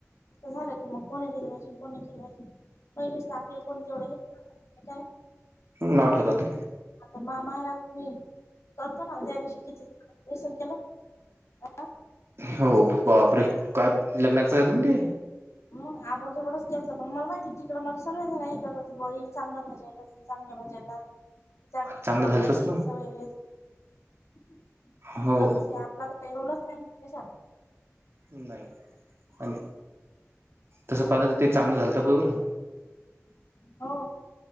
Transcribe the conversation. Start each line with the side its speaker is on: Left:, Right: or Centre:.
Left: झालं की मग कोणी केलं पाहिजे कोणी केलं पाहिजे पहिलीच. कोण तेवढं का
Right: नाव
Left: हो.
Right: ठेवतात
Left: आता मा महाराजई करतो ना त्या दिवशी किती? वसन केला अ.
Right: हो बापरे काय लग्नाचं येत ते
Left: हम आपण तकडच गेल तर पण मला माहिती तिकडं मला सगळे झालं हे का ती बही चांगल्या भाज्या येतात चांगल्या भाज्या येतात
Right: चांगलं
Left: पकडते
Right: झालतच ना
Left: सय. इकडं
Right: हो
Left: कस आहे आपला काही रूलच नाहीशात
Right: नाही आणि तसं पाहिलं तर ते चांगलं झालं तर प बरं.
Left: <unintelligible> हो.